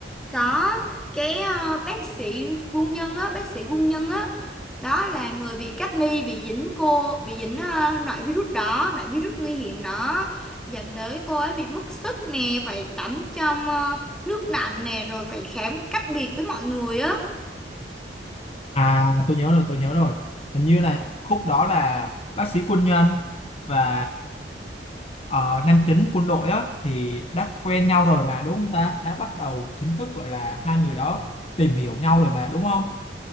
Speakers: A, in the centre; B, on the left (about 35°).
A: Có cái ờ, bác sĩ quân nhân á, bác sĩ quân nhân á, đó là người bị cách ly, bị dính cô, bị dính uh, loại virus đó, loại virus nguy hiểm đó, dẫn tới cô ấy bị mất sức nè, phải tắm trong ờ, nước lạnh nè, rồi phải khám cách biệt với mọi người á.
B: à tôi nhớ rồi tôi nhớ rồi hình như là khúc đó là bác sĩ quân nhân và ờ, nam chính quân đội á thì đã quen nhau rồi mà đúng không ta đã bắt đầu chính thức gọi là hai người đó tìm hiểu nhau rồi mà đúng không